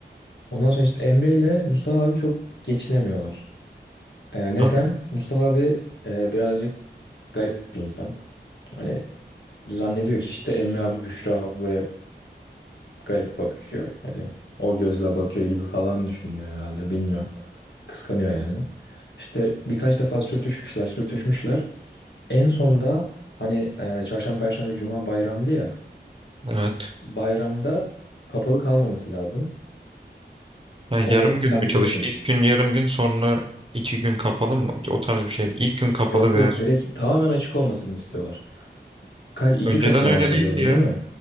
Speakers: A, on the left (about 75°); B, on the right (about 30°).
A: Ondan sonra işte Emre ile Mustafa abi çok geçinemiyorlar. Ee, neden?
B: Ha,
A: Mustafa abi e, birazcık garip bir insan. Hani Zannediyor ki işte Emre abi Büşra ablaya garip bakıyor. Hani o gözle bakıyor gibi falan düşünüyor herhalde bilmiyorum. Kıskanıyor yani. İşte birkaç defa sürtüşmüşler sürtüşmüşler. En sonda hani e, çarşamba, perşembe, cuma bayramdı ya.
B: evet.
A: Bayramda kapalı kalmaması lazım.
B: Ha, yarım
A: O
B: gün
A: sen
B: mü çalış?
A: biliyorsun.
B: İlk gün yarım gün sonra iki gün kapalı mı? O tarz bir şey. İlk gün kapalı
A: Yok
B: veya
A: yok direkt tamamen açık olmasını istiyorlar. Kaç iki
B: önceden
A: katı maaş
B: öyle değildi
A: alıyordun
B: ya.
A: değil mi?